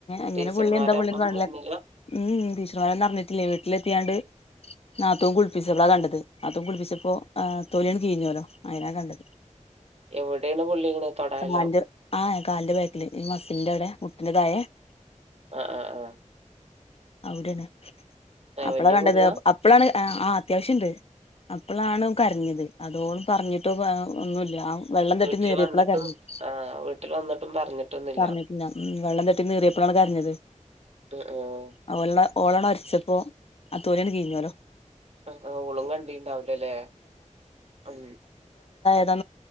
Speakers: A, on the left; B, on the right.
A: അങ്ങനെ
B: ടീച്ചർമാര്
A: പുള്ളി എന്താ പുള്ളിന്ന്
B: അപ്പൊന്നും
A: കാണില്ല
B: പറഞ്ഞില്ല
A: ഉം ടീച്ചർമാരൊന്നും അറി ച്ചിട്ടില്ല വിട്ടില് ലെത്തിയാണ്ട് നാത്തും കുളിപ്പിച്ച പ്പളാ കണ്ടത് നാത്തും കുളിപ്പിച്ചപ്പോ തൊലിയണ് കീഞ്ഞല്ലോ അയിലാ കണ്ടത്
B: എവിടെയാണ് പൊള്ളിക്കണെ തൊടേലോ
A: കാലിന്റെ ആഹാ കാലിന്റെ ബാക്കിൽ ഈ മസിലിന്റെ വിടെ <unintelligible>
B: ആഹ ആഹ ആഹ
A: അവിടൊണ്
B: ആ
A: അപ്പളാ
B: വല്യ
A: കണ്ടത്
B: മുറിവാ
A: അപ്പളാണ് ആ അത്യാവശ്യണ്ട് അപ്പോളാണ് ന്കരഞ്ഞത് അതോളും പറഞ്ഞിട്ടോ ഒന്നുമില്ല ആ വെള്ളം തട്ടി
B: വീട്ടില്
A: നിറിയപളാ
B: വന്നിട്ടും
A: കരഞ്ഞത്
B: ആ വീട്ടിൽ വന്നിട്ടും പറഞ്ഞിട്ടൊന്നുല്ല
A: പറഞ്ഞിട്ടില്ല ഉ വെള്ളം തട്ടി നിറിയപ്പോഴാണ് കരഞ്ഞത്
B: ഉം ഉം
A: ആ വെള്ള <unintelligible> ഓളാ ട്ട് ഒരച്ചപ്പോ ആ തോലിയാട്ട് കിഴിഞ്ഞല്ലോ
B: ഹ് ഓളും കണ്ടിണ്ടാവലല്ലേ ഉ
A: അതാ